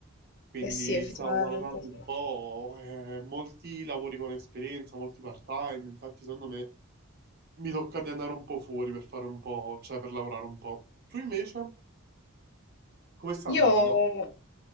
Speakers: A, on the right; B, on the left.
A: Quindi
B: Eh sì, effettivamente.
A: stavo valutando
B: sì.
A: un po', eh, molti lavori con esperienza, molti part-time, infatti secondo me mi tocca di andare un po' fuori per fare un po', cioè per lavorare un po'. Tu invece, come sta
B: Io
A: andando?